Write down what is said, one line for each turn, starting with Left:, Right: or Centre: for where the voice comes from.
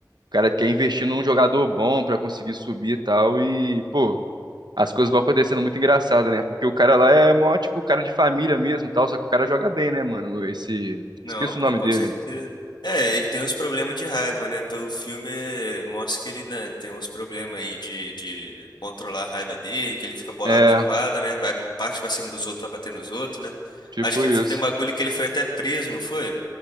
Right: cara quer investir num jogador bom pra conseguir subir e tal. E, pô, as coisas vão acontecendo muito engraçada, né? Porque o cara lá é mó, tipo, cara de família mesmo, e tal, só que o cara joga bem, né, mano? Esse,
Left: Não,
Right: esqueço
Left: pô,
Right: o nome
Left: com
Right: dele.
Left: certeza. É, ele tem uns problemas de raiva, né? Pelo filme eh, mostra que ele, né, tem uns problemas aí de, de controlar a raiva dele, que ele fica bolado
Right: É,
Left: na quadra, né? Vai parte pra cima dos outros, vai bater nos outros, né?
Right: tipo
Left: Acho que
Right: isso.
Left: tem um bagulho que ele foi até preso, não foi?